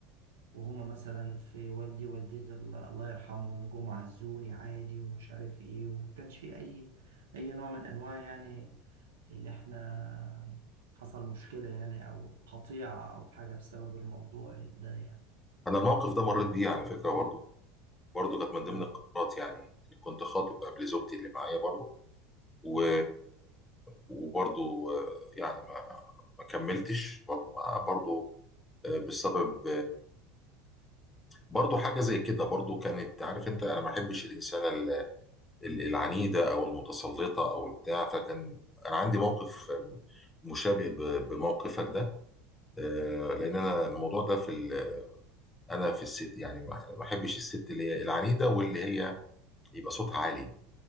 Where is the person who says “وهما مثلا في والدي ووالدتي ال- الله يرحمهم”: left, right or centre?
Right